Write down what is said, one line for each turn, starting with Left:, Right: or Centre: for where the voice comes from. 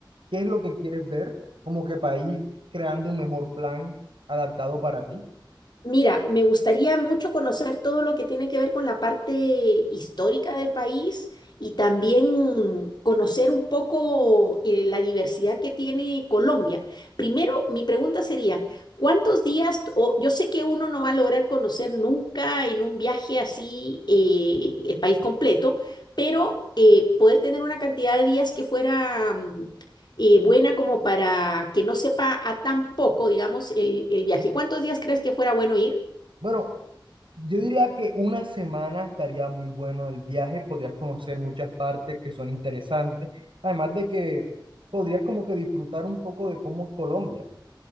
Right: ¿qué es lo que quieres ver? Como que para ir creando un mejor plan adaptado para ti.
Left: Mira, me gustaría mucho conocer todo lo que tiene que ver con la parte histórica del país y también conocer un poco eh, la diversidad que tiene Colombia. Primero, mi pregunta sería, ¿cuántos días, t- o yo sé que uno no va a lograr conocer nunca en un viaje así eh, el país completo, pero eh, poder tener una cantidad de días que fuera mm, eh, buena como para que no sepa a tan poco, digamos, el, el viaje. ¿Cuántos días crees que fuera bueno ir?
Right: Bueno, yo diría que una semana estaría muy bueno el viaje, podrías conocer muchas partes que son interesantes, además de que podrías como que disfrutar un poco de cómo es Colombia.